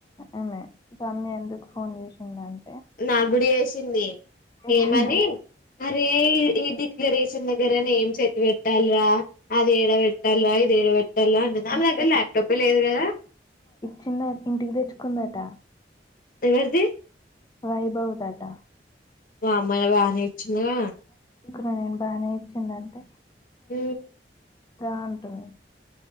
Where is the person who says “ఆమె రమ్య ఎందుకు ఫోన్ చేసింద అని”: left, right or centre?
Left